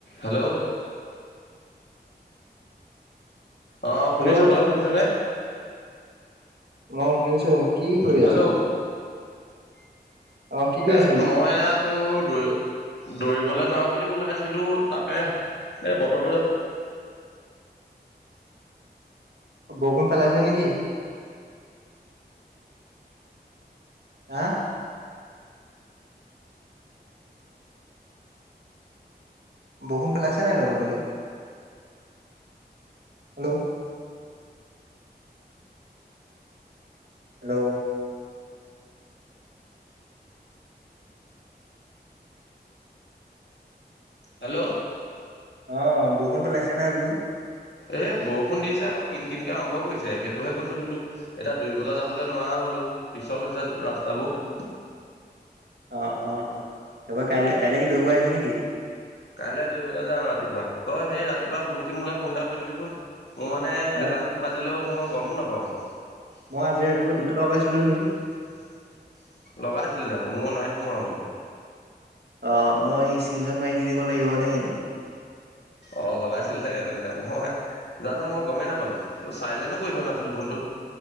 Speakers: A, on the left; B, on the right.
A: Hello আহ শুনিছো
B: hello
A: তই শুনিছ নে?
B: মই শুনিছো কি কৰি
A: হেল্ল'
B: আছ? অ কি কৰি
A: এ
B: আছো বোলো
A: মই ইয়াতটো দৌ দৌৰিবলে যাওঁ বুলি ওলাইছিলো তাকে এই বতৰটো দেখ
B: বৰষূণ পেলাইছে নেকি হা বৰষূণ পেলাইছে নাই তহটৰফলে হেল্ল' হেল্ল'
A: হেল্ল'
B: অ' বৰষুণ পেলাইছে নাই বোলো।
A: এ বৰষুণ দিছে আকৌ কিন কিনকে আৰম্ভ কৰিছে সেইটোহে কৈছো বোলো এতিয়া দৌবলৈ যাবলৈ নোৱাৰা হলো। পিছল হৈছে ৰাস্তাবোৰ।
B: অ' অ' অ 'তাৰপৰা কাই কাইলে কি দৌব আহিবি নেকি?
A: কাইলৈ দৌৰিবলৈ যাম ৰাতিপুৱা তই সেই ৰাতিপুৱা শুই উঠি মোলে ফোন এটা কৰি দিবিচোন। মোৰ মানে
B: মোক
A: এলাৰ্মটো বাজিলেও মই গমো নাপাওঁ মানে।
B: মই আজি ৰাতিপুৱা দুটা লগাইছিলো নেকি
A: লগাইছিলো জানো মোৰ নাই সোমোৱা বোলে।
B: অ' মই স্ক্ৰনশ্বট মাৰি দি দিব লাগিব নে কন্তু
A: অ লগাইছিল চাগে তেন্তে মই জানো মই গমেই নাপালো ত চাইলেনো কৰি থোৱা নাছিলো ফোনটো